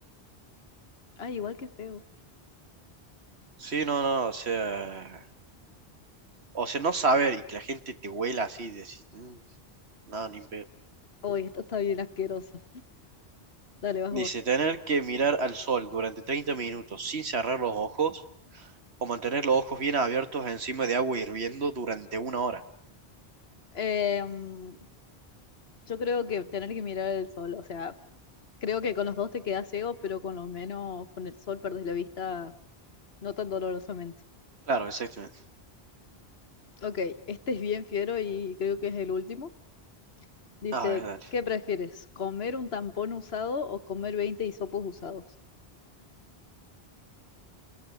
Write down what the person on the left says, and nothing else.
Ay, igual que feo.
Uy, esto está bien asquerosa. Dale, vas
vos.
Eh, mm, yo creo que tener que mirar el sol, o sea, creo que con los dos te quedas ciego, pero con lo menos con el sol perdés la vista no tan dolorosamente.
Ok, este es bien fiero y creo que es el último. Dice,
¿qué prefieres? ¿Comer un tampón usado o comer 20 hisopos usados?